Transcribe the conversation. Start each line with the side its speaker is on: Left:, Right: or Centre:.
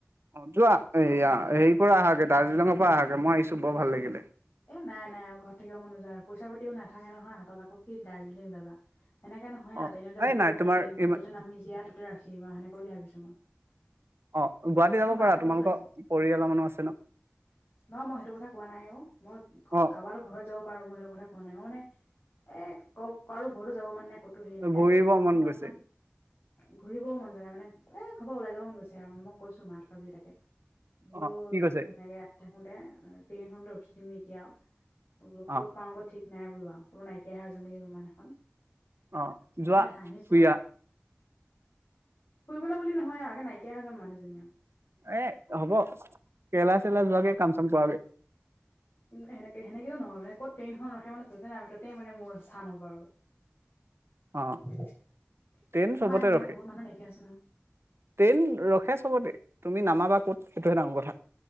Right: অ যোৱা এয়া হেৰি পৰা অহাকে দাৰ্জিলিঙৰ পৰা আহাগে মই আহিছো বৰ ভাল লাগিলে।
Left: এ নাই নাই আমাৰ ঘৰত থাকিব মনোযায় পইচা পাতিও নাথাকে নহয় হাতত আকৌ কি দাৰ্জিলিং যাবা। সেনেকে নহয়
Right: অ
Left: আৰ ট্ৰেইনতে
Right: এই
Left: উঠি
Right: নাই
Left: দিলো
Right: তোমাৰ
Left: আৰু ট্ৰেইনখন
Right: ইমান
Left: যতে নামি যিয়া ততে ৰাখি দিব সেনেকা বুলি ভাবিছো মই।
Right: অ গুৱাহাটী যাব
Left: অ মাক
Right: পাৰা
Left: কৈছো
Right: তোমালোকৰ
Left: আজি
Right: পৰিয়ালৰ মানুহ আছ।
Left: নহয় মই সেইটো কথা কোৱা নাইও মই ঘৰ
Right: অ
Left: কা। যোৱাটো ঘৰত যাব পাৰো মই সেইটো কথা কোৱা নাই ম মানে এ ক কাৰো ঘৰতো যাব মানে কত। তোৰ হেৰি নাই
Right: ঘূৰিব
Left: <unintelligible>
Right: মন
Left: কোনোবা
Right: গৈছে
Left: এখন। ঘুৰিবও মন যোৱা নাই মানে এ ঘৰৰ পৰা ওলাই যাব মন গৈছে আৰু মই কৈছো মাক আজি তাকে। বোলো
Right: অ কি কৈছে
Left: এনেকে থাকোতে ট্ৰেইন খণতে উঠি দিম নেকি আৰু। মই বোলো
Right: অ
Left: ক'ত পাওঁ ক'ত ঠিক নাই বোলো আৰু কোনো নাইকিয়াহে হৈ যাম নেকি কোনোবা দিনাখন।
Right: অ যোৱা
Left: এ হাঁহিছা
Right: ফুৰি
Left: আও। ফুৰিবলে বুলি নহয় আগে নাইকিয়ায় হৈ যাম মানুহজনী আৰু।
Right: এ হ'ব কেৰেলা চেৰেলা যোৱাগে কাম চাম কৰাগে।
Left: সেনেকে সেনেকেও নহয় মানে ক'ত ট্ৰেইনখন ৰখে মানে তাতে নামি তাতেই মানে মোৰ স্থান হব আৰু।
Right: অ
Left: <inaudible>
Right: ট্ৰেইন চবতে
Left: আমাৰ এনেকে
Right: ৰখে
Left: বহুত মানুহ নাইকিয়া হৈছে নহয়।
Right: ট্ৰেইন ৰখে সবতে তুমি নামাবা ক'ত সেইটোহে ডাঙৰ কথা।